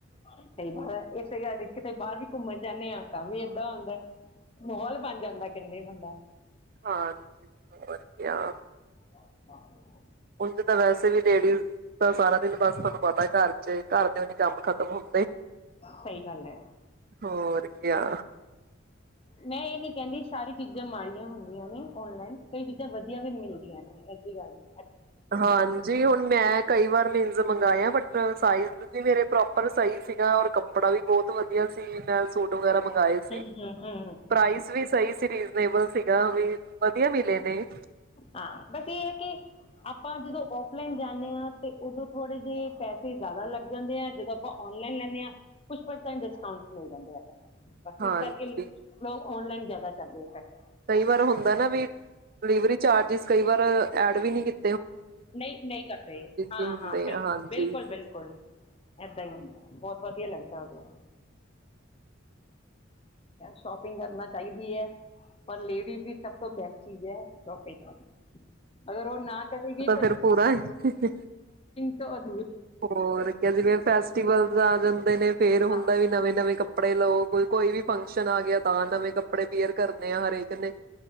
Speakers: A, on the left; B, on the right.
A: ਸਹੀ ਬ ਹੈ, ਇਸੇ ਗੱਲ ਲਈ ਕਿਤੇ ਬਾਹਰ ਵੀ ਘੁੰਮਣ ਜਾਂਨੇ ਹਾਂ ਤਾਂ ਵੀ ਏਦਾਂ ਹੁੰਦਾ। ਮਾਹੌਲ ਬਣ ਜਾਂਦਾ ਕਹਿੰਦੇ ਬੰਦਾ।
B: ਹਾਂ, ਵਧੀਆ
A: <inaudible>
B: ਹੁਣ ਜਿਦਾਂ ਵੈਸੇ ਵੀ ਲੇਡੀਜ਼, ਤਾਂ ਸਾਰਾ ਦਿਨ ਬਸ ਤੁਹਾਨੂੰ ਪਤਾ ਘਰ ਚ, ਘਰ ਦੇ ਨੀ ਕੰਮ ਖਤਮ ਹੁੰਦੇ।
A: ਸਹੀ ਗੱਲ ਹੈ
B: ਹੋਰ ਕਿਆ।
A: ਮੈਂ ਇਹ ਨੀ ਕਹਿੰਦੀ, ਸਾਰੀ ਚੀਜ਼ਾਂ ਮਾੜੀਆਂ ਹੁੰਦੀਆਂ ਨੇ, ਔਨਲਾਈਨ। ਕਈ ਚੀਜ਼ਾਂ ਵਧੀਆ ਵੀ ਮਿਲਦੀਆਂ ਨੇ। ਇਹੀ ਜੀ ਗੱਲ ਨੀ।
B: ਹਾਂਜੀ, ਹੁਣ ਮੈਂ, ਕਈ ਵਾਰ ਮੀਨਜ਼ ਮੰਗਾਏ ਏ ਬਟ ਏ ਸਾਈਜ <unintelligible> ਵੀ ਮੇਰੇ ਪ੍ਰੋਪਰ ਸਹੀ ਸੀ। ਮੈ, ਔਰ ਕੱਪੜਾ ਵੀ ਬਹੁਤ ਵਧੀਆ ਸੀ। ਮੈਂ ਸੂਟ ਵਗੈਰਾ ਮੰਗ ਗਾਏ ਸੀ,
A: ਹਮ ਹਮ ਹਮ
B: ਪ੍ਰਾਈਸ ਵੀ ਸਹੀ ਸੀ ਰੀਜਨੇਬਲ ਸੀ। ਕਿਹਾ ਵੀ ਵਧੀਆ ਮਿਲੇ ਨੇ
A: ਹਾਂ। ਬਸ ਇਹ ਹੈ ਕਿ ਆਪਾਂ ਜਦੋਂ ਔਫਲਾਈਨ ਜਾਨੇ ਆ ਤੇ ਉਦੋਂ ਥੋੜੇ ਜੇ ਪੈਸੇ ਜ਼ਿਆਦਾ ਲੱਗ ਜਾਂਦੇ ਆ। ਜਦੋਂ ਆਪਾਂ ਓਨਲਾਈਨ ਲੈਂਦੇ ਹਾਂ, ਕੁਛ ਪਰਸੈਂਟ ਡਿਸਕਾਊਂਟ ਮਿਲ ਜਾਂਦੇ ਆ। ਬਾਕੀ,
B: ਹਾਂਜੀ
A: ਇਸ ਕਰਕੇ ਲੋ ਲੋਕ ਔਨਲਾਈਨ ਜ਼ਿਆਦਾ ਕਰਦੇ ਆ <unintelligible>
B: ਕਈ ਵਾਰ ਹੁੰਦਾ ਨਾ ਵੀ, ਡਿਲੀਵਰੀ ਚਾਰਜਿਸ ਕਈ ਵਾਰ, ਐਡ ਵੀ ਨਹੀਂ ਕੀਤ
A: ਨਹੀਂ-ਨਹੀਂ ਕਰਦੇ। ਹਾਂ-ਹਾਂ,
B: ਵੀ ਹੁੰਦੇ
A: ਬਿਲਕੁਲ,
B: ਆ ਹਾਂਜੀ
A: ਬਿਲਕੁਲ -ਬਿਲਕੁਲ ਏਦਾਂ ਹੀ ਹੁੰਦਾ। ਬਹੁਤ ਵਧੀਆ ਲੱਗਦਾ ਉਦੋਂ ਸ਼ੋਪਿੰਗ ਕਰਨਾ ਚਾਹੀਦੀ ਹੈ ਪਰ ਲੇਡੀਜ਼ ਦੀ ਸਭ ਤੋਂ ਬੈਸਟ ਚੀਜ਼ ਹੈ, ਸ਼ੋਪਿੰਗ। ਅਗਰ ਉਹ ਨਾ ਕਰੂਗੀ
B: ਫੇਰ ਪੂਰਾ ਏ। ਹੀਹੀਹੀ
A: ਭੋਗ
B: ਹੋਰ ਕਿਆ, ਜਿਵੇਂ ਫੈਸਟੀਵਲ ਆ ਜਾਂਦੇ ਨੇ ਫੇਰ ਹੁੰਦਾ
A: ਹਾਂ
B: ਵੀ, ਨਵੇਂ-ਨਵੇਂ ਕੱਪੇ ਕੱਪੜੇ ਲਓ। ਜੇ ਕੋਈ ਵੀ ਫੰਕਸ਼ਨ ਆ ਗਿਆ ਤਾਂ ਨਵੇਂ ਕੱਪੜੇ ਵੀਅਰ ਕਰਨੇ ਆ, ਹਰੇਕ ਨੇ